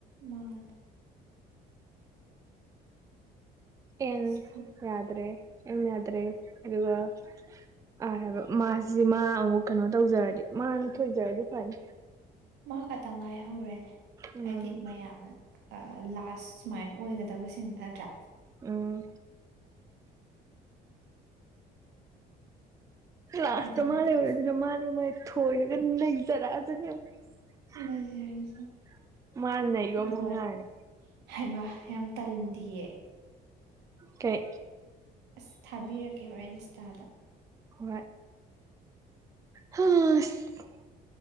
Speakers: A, on the right; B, on the right.
A: ꯃꯥꯅꯦ
B: ꯑꯦꯟ
A: ꯑꯁ ꯈꯪ
B: ꯌꯥꯗ꯭ꯔꯦ ꯑꯦꯟ ꯌꯥꯗ꯭ꯔꯦ ꯑꯗꯨꯒ ꯑꯥꯔ ꯍꯥꯏꯕ ꯃꯥꯁꯤ ꯃꯥ ꯑꯃꯨꯛ ꯀꯩꯅꯣ ꯇꯧꯖꯔꯗꯤ ꯃꯥꯅ ꯊꯣꯏꯖꯔꯗꯤ ꯐꯅꯤ
A: ꯃꯥ ꯈꯇꯪ ꯉꯥꯏꯍꯧꯔꯦꯅꯦ
B: ꯎꯝ
A: ꯍꯥꯏꯗꯤ ꯃꯌꯥꯝꯅ ꯂꯥꯁ ꯁꯨꯃꯥꯏꯅ ꯑꯣꯏꯒꯗꯕꯁꯤꯡ ꯅꯠꯇ꯭ꯔꯥ
B: ꯎꯝ ꯂꯥꯁꯇ
A: ꯑꯗꯨꯗ
B: ꯃꯥ
A: ꯃꯊꯥ
B: ꯂꯩꯍꯧꯔꯕꯅꯤꯅ ꯃꯥꯅ ꯃꯥꯥꯏ ꯊꯣꯏꯔꯒ ꯅꯩꯖꯔꯛꯑ <unintelligible>
A: ꯂꯩꯖꯔꯖꯅꯤ
B: ꯃꯥꯅ ꯅꯩꯕ ꯑꯃꯨꯛ
A: ꯂꯣꯏꯔꯦ
B: ꯉꯥꯏꯔꯒꯦ
A: ꯍꯩꯃꯥ ꯌꯥꯝ ꯇꯟꯗꯤꯌꯦ
B: ꯀꯩ
A: ꯑꯁ ꯊꯥꯕꯤꯔꯛꯀꯦ ꯍꯧꯔꯦꯟ ꯏ꯭ꯟꯁꯇꯥꯗ
B: ꯍꯣꯏ ꯍꯁ